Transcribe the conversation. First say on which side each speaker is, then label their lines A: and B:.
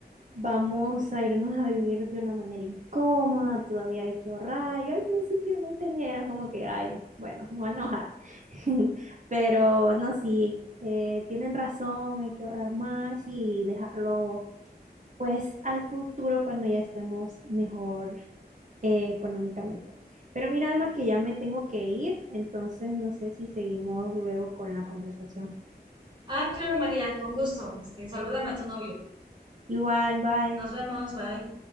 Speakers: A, on the right; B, on the right.
A: Vamos a irnos a vivir de una manera incómoda, todavía hay que ahorrar. Yo al principio no entendía, era como que, ay, bueno, me voy a enojar. <laughs> Pero no, sí, eh, tienen razón, hay que ahorrar más y dejarlo pues al futuro cuando ya estemos mejor eh, económicamente. Pero mira, Alma, que ya me tengo que ir, entonces no sé si seguimos luego con la conversación.
B: Ah, claro, María, con gusto. Este, salúdame a tu novio.
A: Igual, bye.
B: Nos vemos, bye.